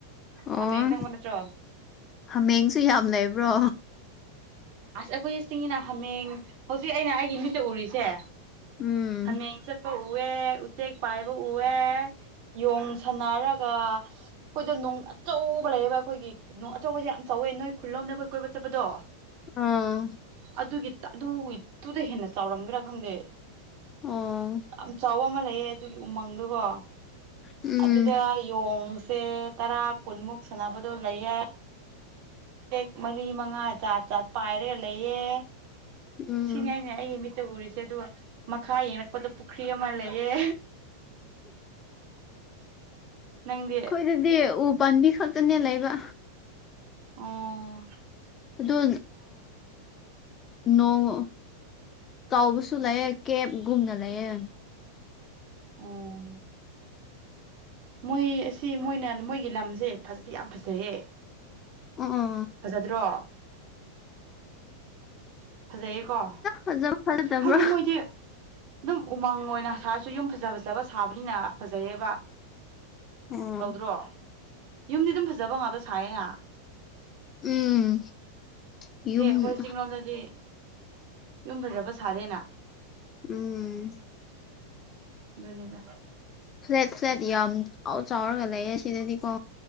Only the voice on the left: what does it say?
ꯑꯣ
ꯍꯥꯃꯦꯡꯁꯨ ꯌꯥꯝ ꯂꯩꯕ꯭ꯔꯣ
ꯎꯝ
ꯑꯥ
ꯑꯣ
ꯎꯝ
ꯎꯝ
ꯑꯩꯈꯣꯏꯗꯗꯤ ꯎ ꯄꯥꯝꯕꯤ ꯈꯛꯇꯅꯦ ꯂꯩꯕ
ꯑꯗꯨ ꯅꯣꯡ ꯇꯕꯁꯨ ꯂꯩꯑꯦ ꯀꯦꯞꯒꯨꯝꯅ ꯂꯩꯌꯦꯦ
ꯑꯣ
ꯐꯖꯧ ꯐꯜꯗꯕ꯭ꯔꯣ
ꯑꯣ
ꯎꯝ ꯌꯨꯝ
ꯎꯝ
ꯐ꯭ꯂꯦꯠ ꯐ꯭ꯂꯦꯠ ꯌꯥꯝ ꯆꯥꯎꯥꯎ ꯆꯥꯎꯔꯒ ꯂꯩ ꯁꯤꯗꯗꯤꯀꯣ